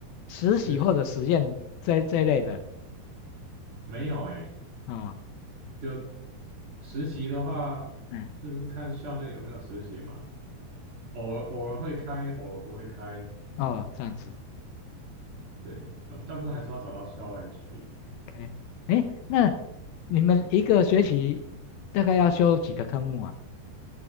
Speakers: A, on the left; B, on the right.
A: 实习或者实验这这一类的
B: 实习没有哎、
A: 啊，
B: 就实习的话，
A: 嗯，
B: 就是看校内有没有实习嘛，偶尔偶尔会开，偶尔不会开。
A: 哦，这样子
B: 对，呃大部分还是要找到校外去。
A: ，OK，哎，那你们一个学期大概要修几个科目啊？